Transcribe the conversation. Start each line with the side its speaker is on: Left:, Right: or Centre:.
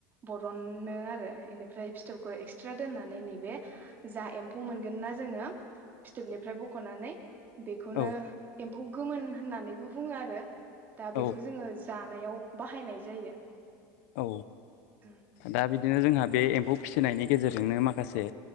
Right: बरननो आरो इनिफ्राय फिथोबखौ एक्सट्रा दोननानै नैबे जा एम्फौ मोनगोन ना जोङो फिथोबनिफ्राय बख नानै बेखौनो
Left: औ
Right: एम फौखो गौमोन होननानैबो बुङो आरो। दा बेखौ
Left: औ
Right: जोङो जि जानायाव बाहायनाय जायो।
Left: औ
Right: औ
Left: दा बिदिनो जोंहा बे एम्फौ फिसिनायनि गेजेरजोंनो माखासे